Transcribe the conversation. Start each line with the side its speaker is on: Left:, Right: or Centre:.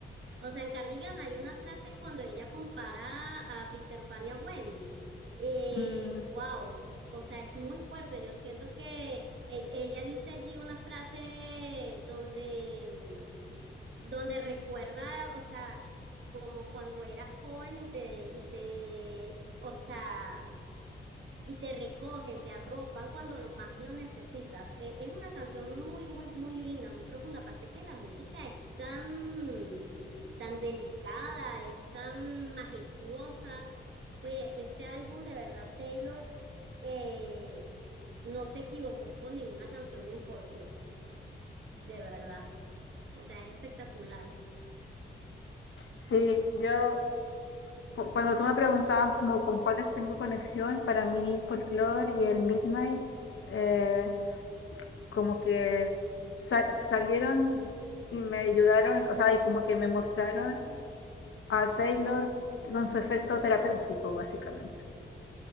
Right: O sea, en Cardigan hay una frase cuando ella compara a Peter Pan y a Wendy. Eh,
Left: Mm,
Right: wow, o sea, es muy fuerte. Yo siento que e- ella dice allí una frase donde, mm, donde recuerda, o sea, como cuando eras joven y te, y te, o sea, y te recogen, te arropan cuando lo más lo necesitas. Eh, es una canción muy, muy, muy linda, muy profunda. Aparte que la música es tan tan delicada, es tan majestuosa. Oye, ese álbum de verdad, Taylor, eh, no se equivocó con ninguna canción en folklore, de verdad. O sea, es espectacular.
Left: sí, yo cu- cuando tú me preguntabas como con cuáles tengo conexión, para mí folklore y el Midnight eh, como que sa- salieron y me ayudaron, o sea, y como que me mostraron a Taylor con su efecto terapéutico, básicamente.